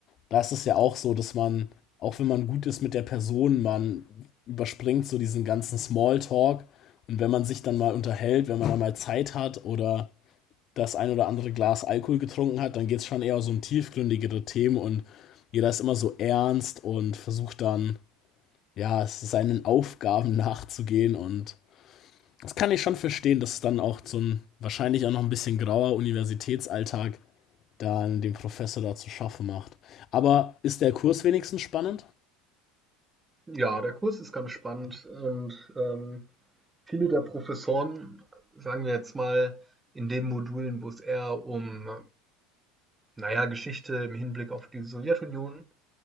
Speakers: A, on the left; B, on the right.
A: da ist es ja auch so, dass man, auch wenn man gut ist mit der Person, man überspringt so diesen ganzen Smalltalk. Und wenn man sich dann mal unterhält, wenn man dann mal Zeit hat oder das ein oder andere Glas Alkohol getrunken hat, dann geht es schon eher so um tiefgründigere Themen und jeder ist immer so ernst und versucht dann, ja, seinen Aufgaben <laughs> nachzugehen und das kann ich schon verstehen, dass es dann auch zum wahrscheinlich auch noch ein bisschen grauer Universitätsalltag dann dem Professor da zu schaffen macht. Aber ist der Kurs wenigstens spannend?
B: Ja, der Kurs ist ganz spannend und ähm, viele der Professoren, sagen wir jetzt mal, in den Modulen, wo es eher um, naja, Geschichte im Hinblick auf die Sowjetunion